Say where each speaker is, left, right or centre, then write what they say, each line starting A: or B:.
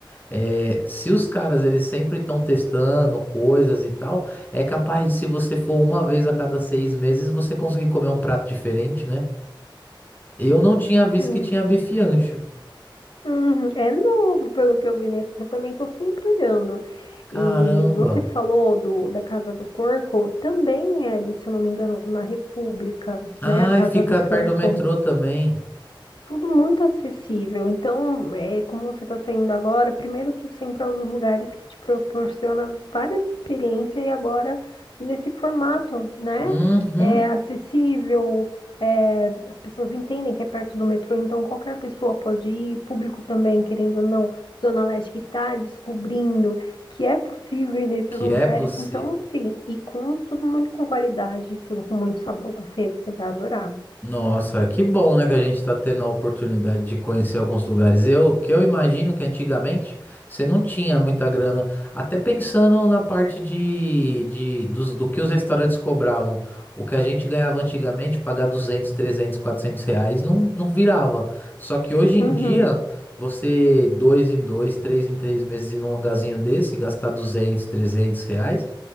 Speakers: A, on the left; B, on the left.
A: é, se os caras eles sempre estão testando coisas e tal, é capaz de se você for uma vez a cada seis meses, você conseguir comer um prato diferente, né? Eu não tinha visto
B: Sim.
A: que tinha bife ancho.
B: Uhum, é novo, pelo que eu vi nesse. Eu também estou sempre olhando.
A: Caramba!
B: E você falou do, da Casa do Porco, também é ali, se eu não me engano, na República,
A: Ai,
B: né? A Casa
A: fica
B: do Porco.
A: perto do metrô também.
B: Tudo muito acessível. Então, é, como você está saindo agora, primeiro que o centro é um dos lugares que te proporciona várias experiências e agora nesse formato, né?
A: Uhum.
B: É acessível, é, as pessoas entendem que é perto do metrô, então qualquer pessoa pode ir, público também, querendo ou não, Zona Leste que está descobrindo que é possível ir nesses
A: Que
B: lugares.
A: é possível.
B: Então, assim, e com tudo muito com qualidade, tudo com muito sabor, Fê, você vai adorar.
A: Nossa, que bom, né, que a gente tá tendo a oportunidade de conhecer alguns lugares. Eu, que eu imagino que antigamente você não tinha muita grana, até pensando na parte de, de dos, do que os restaurantes cobravam. O que a gente ganhava antigamente, pagar 200, 300, 400 reais, não, não virava. Só que hoje em
B: Uhum,
A: dia, você dois em dois, três em três meses ir num lugarzinho desse, gastar 200, 300 reais,